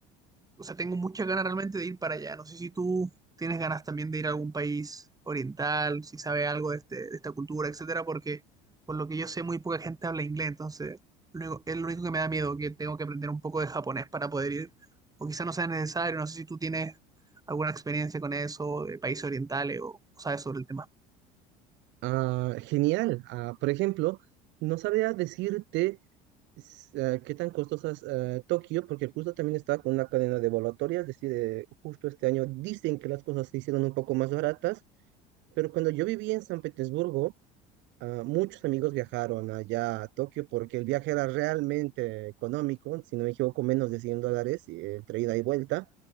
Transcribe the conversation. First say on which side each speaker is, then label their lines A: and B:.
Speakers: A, on the right; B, on the right.
A: o sea, tengo muchas ganas realmente de ir para allá. No sé si tú tienes ganas también de ir a algún país oriental, si sabes algo de, este- de esta cultura, etcétera, porque por lo que yo sé, muy poca gente habla inglés, entonces lo único- es lo único que me da miedo, que tengo que aprender un poco de japonés para poder ir, o quizá no sea necesario. No sé si tú tienes alguna experiencia con eso, de países orientales, o, o sabes sobre el tema.
B: Ah, genial. Ah, por ejemplo, no sabía decirte s- ah, qué tan costosas ah, Tokio, porque justo también estaba con una cadena de volatorias, es decir, eh, justo este año dicen que las cosas se hicieron un poco más baratas, pero cuando yo vivía en San Petersburgo, ah, muchos amigos viajaron allá a Tokio porque el viaje era realmente económico, si no me equivoco, menos de 100 dólares eh, entre ida y vuelta.